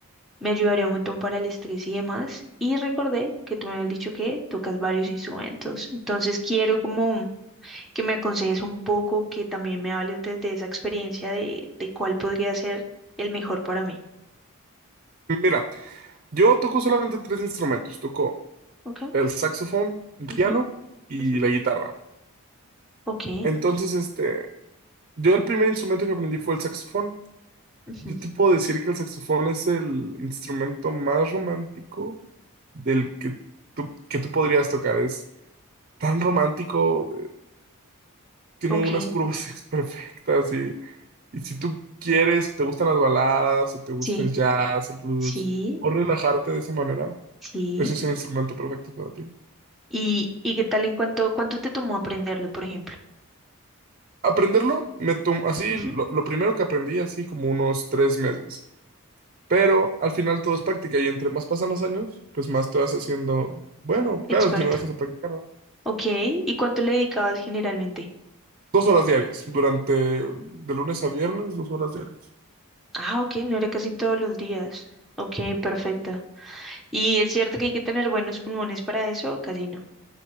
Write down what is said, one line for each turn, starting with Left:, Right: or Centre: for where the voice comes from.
Centre: me ayudaría un montón para el estrés y demás. Y recordé que tú me habías dicho que tocas varios instrumentos. Entonces quiero como que me aconsejes un poco, que también me hables desde esa experiencia de, de cuál podría ser el mejor para mí.
Right: Mira, yo toco solamente tres instrumentos. Toco
Centre: ok
Right: el saxofón, el piano
Centre: Ujú,
Right: y
Centre: ujú.
Right: la guitarra.
Centre: Ok,
Right: Entonces, este, yo el primer instrumento que aprendí fue el saxofón.
Centre: ujú,
Right: Yo te puedo decir que el saxofón es el instrumento más romántico del que tú, que tú podrías tocar. Es tan romántico. tiene
Centre: ok,
Right: unas curvas <laughs> perfectas y, y si tú quieres, te gustan las baladas, o te gusta
Centre: sí,
Right: el jazz, el blues,
Centre: sí,
Right: o relajarte de esa manera,
Centre: sí.
Right: ese es el instrumento perfecto para ti.
Centre: ¿Y, y qué tal en cuánto, cuánto te tomó aprenderlo, por ejemplo?
Right: Aprenderlo, me tom- así,
Centre: Ujú,
Right: lo, lo primero que aprendí, así como unos tres meses. Pero al final todo es práctica y entre más pasan los años, pues más te vas haciendo, bueno,
Centre: Experta.
Right: claro, si no dejas de practicar, ¿verdad?
Centre: Ok, ¿y cuánto le dedicabas generalmente?
Right: Dos horas diarias, durante de lunes a viernes, dos horas diarias.
Centre: Ah, ok, no era casi todos los días. Ok, perfecta. ¿Y es cierto que hay que tener buenos pulmones para eso? Casi no.